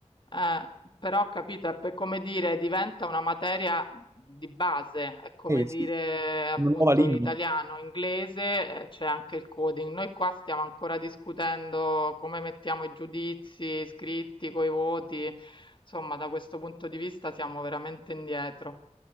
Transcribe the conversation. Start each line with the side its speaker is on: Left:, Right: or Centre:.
Left: eh, però ho capito, è per come dire, diventa una materia di base, è come
Right: Eh
Left: dire
Right: sì,
Left: appunto
Right: una nuova lingua.
Left: l'italiano, inglese, eh, c'è anche il coding. Noi qua stiamo ancora discutendo come mettiamo i giudizi scritti coi voti, insomma, da questo punto di vista siamo veramente indietro.